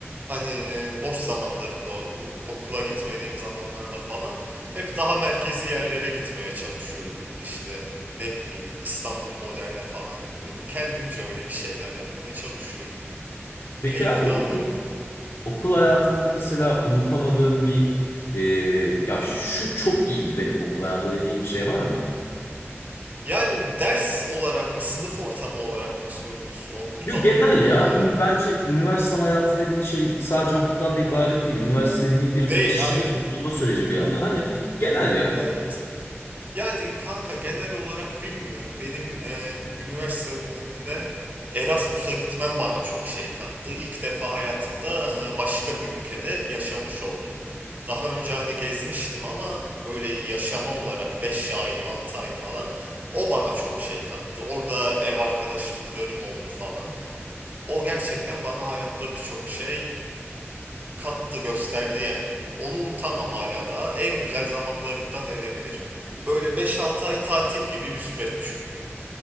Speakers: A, on the right (about 35°); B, on the left (about 75°).
A: Hani e, boş zamanlarımda ok- okula gitmediğim zamanlarda falan hep daha merkezi yerlere gitmeye çalışıyordum. İşte ne bileyim İstanbul Modern'e falan gidiyordum. Kendimce öyle bir şeyler yapmaya çalışıyordum.
B: Peki
A: Keyif
B: abi
A: de
B: okul
A: alıyordum.
B: Okul hayatında mesela unutamadığın bir e, ya şu çok iyiydi benim okul hayatımda dediğin bir şey var mı?
A: Yani ders olarak mı, sınıf ortamı olarak mı soruyorsun, okulla
B: Yok genel
A: mı ilgili
B: ya.
A: olarak?
B: Ün- Bence üniversite hayatı dediğin şey sadece okuldan da ibaret değil. Üniversite dediğin bir
A: Değil,
B: kişilik
A: aynen.
B: bulma süreci bir yandan. Hani genel ya.
A: Evet. Yani kanka genel olarak bilmiyorum. Benim e, üniversite döneminde Erasmus'a gitmem bana çok şey kattı. İlk defa hayatımda e, başka bir ülkede yaşamış oldum. Daha önce hani gezmiştim ama böyle yaşama olarak 5 ay, 6 ay falan o bana çok şey kattı. Orada ev arkadaşlıklarım oldu falan. O gerçekten bana hayatta birçok şey kattı, gösterdi yani. Onu unutamam hala daha. En güzel zamanlarımda denebilir. Böyle beş altı ay tatil gibi bir süreç çünkü.